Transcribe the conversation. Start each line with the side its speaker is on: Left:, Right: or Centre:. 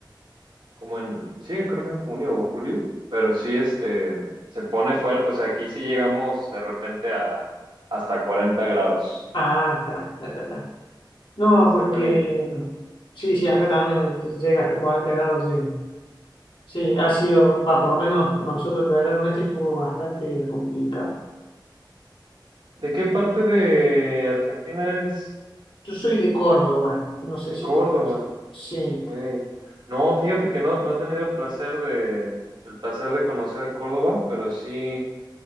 Right: como en, sí, creo que en junio o julio, pero sí, este, se pone fuerte, o sea, aquí sí llegamos de repente a hasta 40 grados.
Left: Ah, está, está, está. está. No,
Right: Está
Left: porque
Right: calientita.
Left: mm, sí, sí, acá también llega hasta 40 grados. de- Sí, ha sido, va, por lo menos nosotros el verano este estuvo bastante complicado.
Right: ¿De qué parte de Argentina eres?
Left: Yo soy de Córdoba, no sé
Right: De
Left: si
Right: Córdoba.
Left: conoces. Sí,
Right: Ok. No, fíjate que no, no he tenido el placer de, el placer de conocer Córdoba, pero sí,